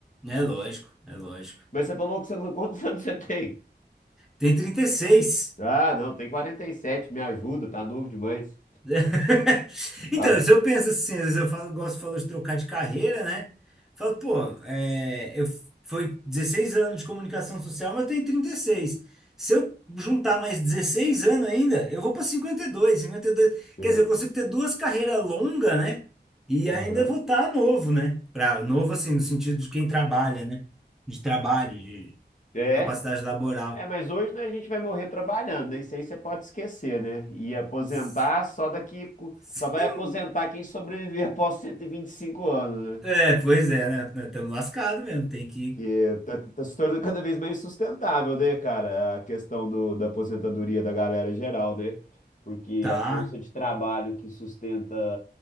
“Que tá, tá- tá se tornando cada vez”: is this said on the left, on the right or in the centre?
Left